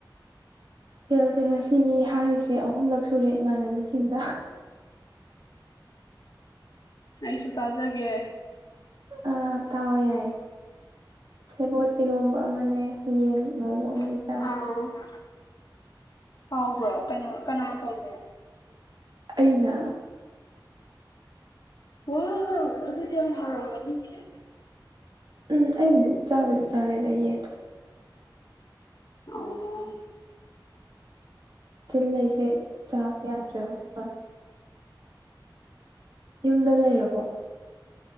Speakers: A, on the right; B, on the left.
A: ꯍꯣꯊꯦꯜꯁꯦ ꯉꯁꯤꯒꯤ ꯍꯥꯏꯔꯤꯁꯦ ꯑꯍꯨꯝꯂꯛ ꯁꯨꯔꯦ ꯏꯃꯥꯟꯅꯕꯤꯁꯤꯡꯗ
B: ꯑꯩꯁꯨ ꯇꯥꯖꯒꯦ
A: ꯑ ꯇꯥꯎꯑꯣ ꯌꯥꯏꯌꯦ ꯁꯦꯕꯣꯠ ꯏꯔꯣꯝꯕ ꯑꯃꯅꯦ ꯌꯦꯟ ꯉꯧꯕ ꯑꯃꯅꯦ
B: ꯑꯥ
A: ꯆꯥꯏ
B: ꯍꯥꯎꯕ꯭ꯔꯣ ꯀꯅꯥ ꯀꯅꯥ ꯊꯣꯡꯒꯦ
A: ꯑꯩꯅ
B: ꯋꯥꯎ ꯑꯗꯨꯗꯤ ꯌꯥꯝ ꯍꯥꯎꯔꯝꯒꯅꯤꯌꯦ
A: ꯎꯝ ꯑꯩꯕꯨꯗꯤ ꯆꯥꯕꯨꯗꯤ ꯆꯥꯔꯦꯗ ꯌꯦꯗꯣ
B: ꯑꯣ
A: ꯆꯤꯜ ꯂꯩꯁꯦ ꯆꯥꯕ ꯌꯥꯗ꯭ꯔꯦ ꯍꯧꯖꯤꯛꯀꯥꯟ ꯌꯨꯝꯗ ꯂꯩꯔꯕꯣ